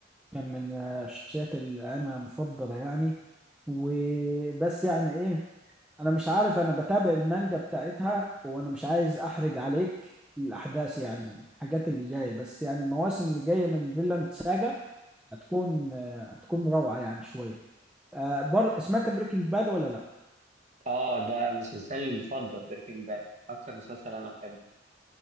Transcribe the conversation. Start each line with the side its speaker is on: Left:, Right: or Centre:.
Centre: كان من آه، الشخصيات اللي انا مفضله يعني وبس يعني ايه انا مش عارف انا بتابع المانجا بتاعتها وانا مش عايز احرج عليك الاحداث يعني الحاجات اللي جايه بس يعني المواسم اللي جايه من فيلاند ساجا هتكون آه، هتكون روعه يعني شويه آه برضه سمعت بريكنج باد ولا لا
Right: آه ده مسلسلي المفضل بريكنج باد أكتر مسلسل أنا بحبه